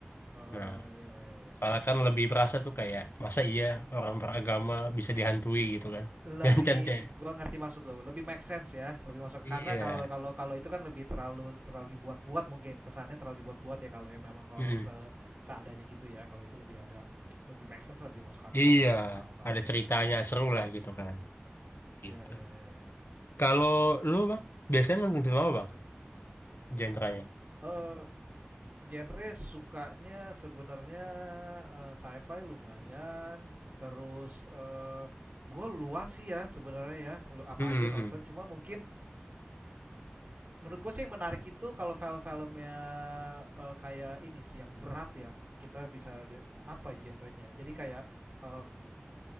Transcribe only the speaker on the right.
oh
ya ya ya
lebih
gua ngerti maksud lo lebih make sense ya lebih masuk ke
karena kalau kalau kalau itu kan lebih terlalu terlalu dibuat-buat mungkin kesannya terlalu dibuat-buat ya kalau yang memang horor
se seadanya gitu ya kalau itu lebih ada lebih make sense lebih masuk akal
ya paham paham
ya
ya
ya ya, ya.
gimana
eh genre sukanya sebenarnya eh, sci-fi lumayan terus eh gua luas sih ya sebenarnya ya lu apa
aja nonton
cuma mungkin menurut gue sih yang menarik itu kalau film-filmnya eh, kayak ini sih yang berat ya kita bisa apa ya genrenya jadi kayak em,